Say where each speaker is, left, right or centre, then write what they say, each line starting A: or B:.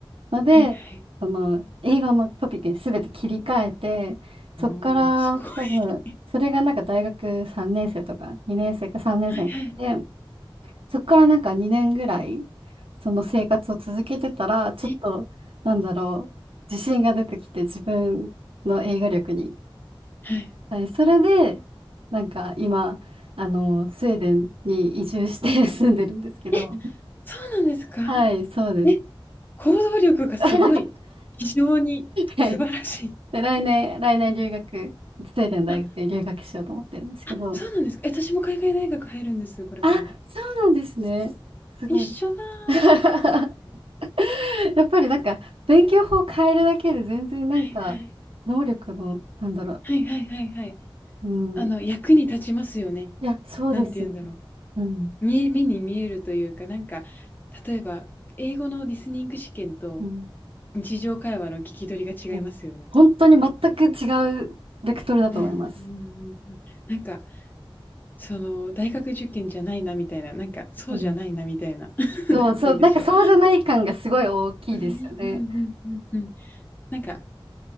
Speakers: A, on the right; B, on the left.
A: ので、
B: はいはい。
A: その、英語のトピックに全て切り替えて、そっから多分、
B: おお、すごい。
A: それがなんか大学3年生とか2年生か3年生の時で
B: はいはい。
A: そこからなんか2年ぐらい、その生活を続けてたら、ちょっと、
B: え、
A: なんだろう、自信が出てきて、自分の英語力に。
B: はい。
A: はい、それで、なんか今、あの、スウェーデンに移住して <laughs> 住んでるんですけど、
B: え、そうなんですか？
A: はい、そうです。
B: え、行動力がすごい。
A: <laughs>
B: 非常に素晴らしい。
A: はい。で、来年、来年留学、スウェーデン大学に留学しようと思ってるんですけど、
B: <laughs> あ、あ、そうなんですか。え、私も海外大学入るんです、これから。
A: あ、そうなんですね。すごい。
B: 一緒だ。は
A: <laughs> <laughs> やっぱりなんか、勉強法を変えるだけで全然なんか、
B: いはい。
A: 能力の、なんだろう。
B: はいはいはいはい。
A: うん。
B: あの、役に立ちますよね。
A: いや、そうですね。
B: なんて言うんだろう。
A: うん。
B: みえ目に見えるというか、なんか、例えば、英語のリスニング試験と
A: うん。
B: 日常会話の聞き取りが違いますよね。
A: うん。本当に全く違うベクトルだと思います。
B: うんうんうんうんうん。なんか、その、大学受験じゃないなみたいな、なんか、そうじゃないなみたいな、
A: うん。
B: <laughs>
A: そうそう。
B: なんて言うんでしょう。
A: なんかそうじゃない感がすごい大きいですよね。
B: うんうんうんうんうんうん。なんか、